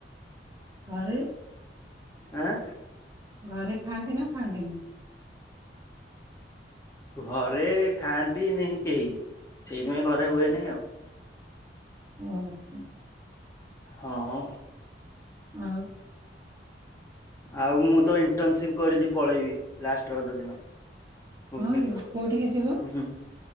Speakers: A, on the right; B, on the left.
A: ଘରେ?
B: ଆଁ।
A: ଘରେ ଖାଆନ୍ତି ନା ଖାଆନ୍ତିନି?
B: ଘରେ ଖାଆନ୍ତି ନାହିଁ କେହି ସେଇଥିପାଇଁ ଘରେ ହୁଏ ନେଇଁ ଆଉ।
A: ଉଁ ହୁଁ।
B: ହଁ।
A: ଆଉ।
B: ଆଉ ମୁଁ ତ ଇଣ୍ଟନସିପ କରିଛି ପଳେଇବି। ଲାଷ୍ଟ ରଜ ଦିନ। ଭୁବନେଶ୍ଵର
A: ହଁ କି କୋଉଠିକି ଯିବ
B: ହୁଁ ହୁଁ ହୁଁ